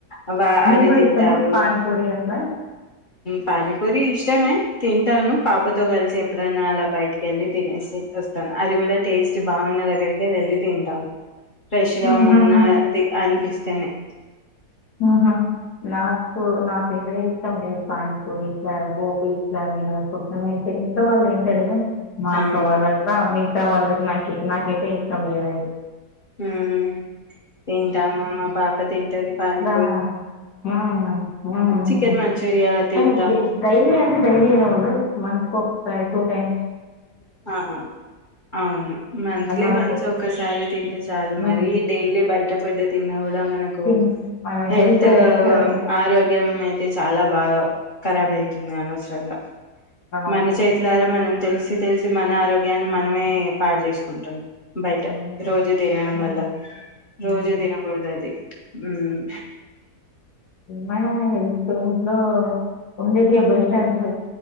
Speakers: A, on the left (about 40°); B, on the left (about 80°).
A: అవ
B: మీ
A: అవి
B: కూడా
A: తింటారు
B: ఇష్టమా పానీపూరి అట్లా
A: పానీపూరి ఇష్టమే తింటాను పాపతో కలిసి ఎప్పుడైనా అలా బయటికి వెళ్ళి తినేసి వస్తాను అది కూడా టేస్ట్ బాగున్న దగ్గరిక వెళ్ళి తింటాము ఫ్రెష్ గా
B: ఆహాహా!
A: ఉన్న ది అనిపిస్ స్తేనే
B: హూ హా నాతో నాకైతే ఇష్టం లేదు పానిపూరి ఇట్లా, గోబీ ఇట్లా, మే <unintelligible> ఇంట్లో వాళ్ళు ఏం తెలీదు మా
A: అవును
B: సవాళ్ళట్లా మీ ఇష్ట వాళ్ళకి నాకు నాకైతే ఇష్టం లేవండి
A: హ్మ్ తింటామా మా పాప తింటది బానే
B: హా హ్మ్ హ్మ్
A: చికెన్ మంచూరియా తింటాము
B: ఆ డైలీ అంటే డైలీ తినకూడదు మంత్ ఓక్ టైమ్ టూ టైమ్
A: ఆ అవును మంత్లీ
B: ఆర్
A: వన్స్ ఒకసారి తింటే చాలు
B: హ్మ్.
A: మరి డైలీ బయట ఫుడ్ తిన్నా కూడా మన కో
B: తిన్ మన
A: హెల్త్
B: ఇష్యూస్
A: ఆరోగ్యం అయితే చాలా బాగా ఖరాబ్ అయితుంది అనవసరంగా
B: అవును.
A: మన చేతులారా మనం తెలిసి తెలిస్ సి మన ఆరో గ్యాన్ని మనమే పాడు చేస్ కుంటాన్న బయట
B: అవును.
A: రోజు తినడం
B: హ్మ్.
A: వల్ల
B: హ్మ్.
A: రోజు తినకూడదు అది మ్మ్
B: మనమే హెల్త్ సైన్స్ లో ఉండేటే బెస్ట్ ఆన్సర్